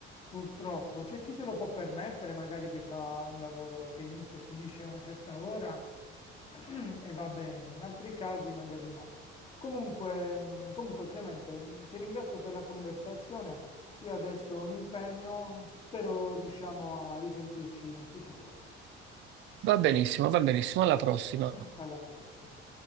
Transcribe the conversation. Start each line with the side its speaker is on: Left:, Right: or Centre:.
Left: purtroppo. C'è chi se lo può permettere, magari che fa un lavoro che inizia e finisce a una certa ora <clears throat> e va bene, in altri casi magari no. Comunque, mh, comunque Clemente, mh, ti ringrazio per la conversazione. Io adesso ho un impegno, spero riusciamo a risentirci in futuro.
Right: Va benissimo, va benissimo, alla prossima.
Left: Alla prossima.